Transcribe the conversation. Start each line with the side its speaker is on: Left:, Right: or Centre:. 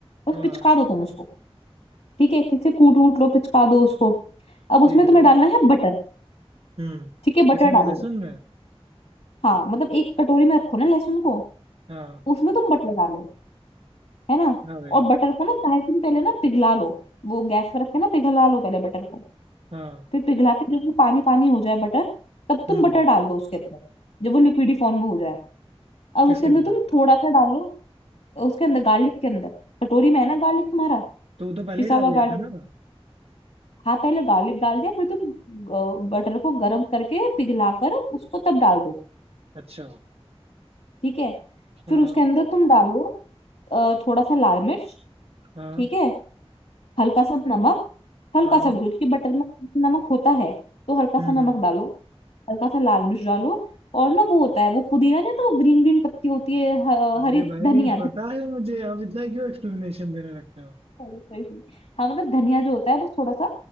Left: बस
Right: हाँ
Left: पिचका
Right: हाँ
Left: दो तुम उसको ठीक है किसी से कूट वूट लो पिचका दो उसको अब
Right: ठीक
Left: उसमें
Right: है
Left: तुम्हें
Right: भाई
Left: डालना है बटर
Right: हम्म
Left: ठीक है
Right: किसमें
Left: बटर
Right: लहसुन
Left: डालो
Right: में
Left: हाँ मतलब एक कटोरी में रखो ना लहसुन को
Right: हाँ
Left: उसमें तुम बटर डालो है ना
Right: हाँ भाई
Left: और बटर को ना चाहे तुम पहले ना पिघला लो वो गैस पर रख के ना पिघला लो पहले बटर को
Right: हाँ
Left: फिर पिघला के जब वो पानी पानी हो जाए बटर तब तुम
Right: हम्म
Left: बटर डाल दो उसके अंदर जब वो लिक्विडी फॉर्म में हो जाए अब
Right: किसके
Left: उसके अंदर
Right: अंदर
Left: तुम थोड़ा सा डालो उसके अंदर गार्लिक के अंदर कटोरी में है ना गार्लिक तुम्हारा
Right: तो वो तो पहले
Left: पिसा
Right: ही डाल
Left: हुआ गार्लिक
Right: लिया था ना
Left: हाँ पहले गार्लिक डाल दिया फिर तुम बटर को गर्म करके पिघला कर उसको तब डाल दो
Right: अच्छा
Left: ठीक है
Right: हाँ
Left: फिर उसके अंदर तुम डालो अ, थोड़ा सा लाल मिर्च
Right: हाँ
Left: ठीक है हल्का सा नमक हल्का
Right: हाँ
Left: सा बिल्कुल क्योंकि बटर में नमक होता है तो हल्का
Right: हम्म
Left: सा नमक
Right: हम्म
Left: डालो हल्का सा लाल मिर्च डालो और ना वो होता है वो पुदीना नहीं होता वो ग्रीन ग्रीन पत्ती होती है ह-
Right: अरे
Left: हरी
Right: भाई
Left: धनिया
Right: पता है मुझे आप इतना क्यों एक्सप्लेनेशन देने लगते हो
Left: Sorry, sorry, sorry. हाँ मतलब धनिया जो होता है बस थोड़ा सा